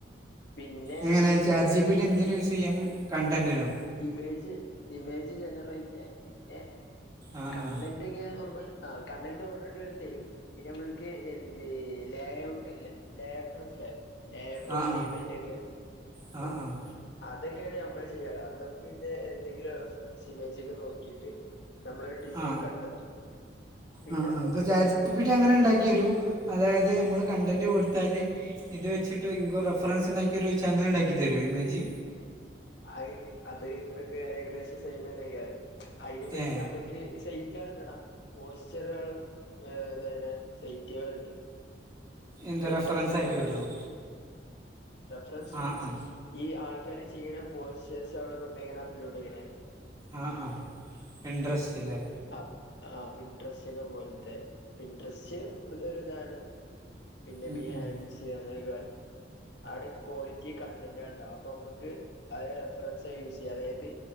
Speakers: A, on the left (about 70°); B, on the right (about 25°).
A: പിന്നെ
B: എങ്ങനെ
A: ജെമിനി
B: ചാറ്റ് ജിപിട്ടി എന്തിന് യൂസ് യ്യാ കണ്ടന്റിനോ
A: ഇമേജ് ഇമേജ് ജനറേറ്റ് ചെയ്യാന് പിന്നെ
B: ആ
A: കണ്ടന്റോക്കെ
B: ആ
A: നമ്മൾ ആഹ് കണ്ടന്റ് ഓൾറെഡി ഓര് തരും. പിന്നെ, നമ്മൾക്ക്. ലേഔട്ട് ഇല്ല ലേഔട്ട് മനസ്സിലായോ ലേഔട്ടും
B: ആ ആ
A: അലയ് എണീക്കെ
B: ആ
A: ആഹ്
B: ആ
A: അതൊക്കെയാണ് നമ്മള് ചെയ്യാല് അത പിന്നെ എന്തെങ്കിലും റഫറൻസ് ഇമേജക്കെ നോക്കിട്ട്. നമ്മളൊരു ഡിസൈൻ
B: ആ ആ
A: കണ്ടെത്തും, പിന്നെ
B: ആ
A: നമ്മക്ക്
B: അപ്പൊ ചാറ്റ്
A: ബാക്ക്ഗ്രൗണ്ടക്കൊ
B: ജി പി ടി അങ്ങനെ
A: അല്ലെങ്കിൽ
B: ഉണ്ടാക്കി തരും അതായത് നമ്മൾ കണ്ടന്റ് കൊടുത്താൽ. ഇത് വെച്ചിട്ട് ഇങ്കോ റഫറൻസ് ണ്ടാക്കിരു ചങ്ങലണ്ടാക്കി തരോ ഇമേജ്
A: ആ അത് ഒക്കെ ഏകദേശം സൈമന്നക്കാരം. അയിന് വെച്ച്
B: ഏ
A: നമ്മുക്ക് സഹിക്കാണ്ടടാ. പോസ്റ്ററുകളും എന്തപിന്നെ സൈറ്റുകളുണ്ട്
B: എന്താ
A: ഇൻട്രസ്റ്റി
B: റെഫറൻസ് ആയിട്ട്
A: ഡ് വരും
B: കിട്ടണോ
A: റഫറൻസ്
B: ആ
A: മീൻസ്
B: ആ
A: ഈ ആൾക്കാര് ചെയ്യണ പോസ്റ്റേഴ്സ് അവിടെ കൊണ്ട എങ്ങനെ അപ്ലോഡ് ചെയ്യണേ.
B: അ, ആഹ്, പെൻഡ്രസ്സ് ല്ലേ.
A: ആ ആഹ് പിൻട്രസ്റ്റൊക്കെ പോലത്തെ പിൻട്രസ്റ്റ് ഒരുദാഹരണത്തിന് പിന്നെ
B: ഉം
A: ബിഹാൻസി
B: ഉം
A: അതർ ഗേൾ അവിടെ ക്വാളിറ്റി കണ്ടന്റണ്ടാാവും പ്പോ നമ്മ ത് റെഫറൻസ യൂസ്യ്യ അതായത്.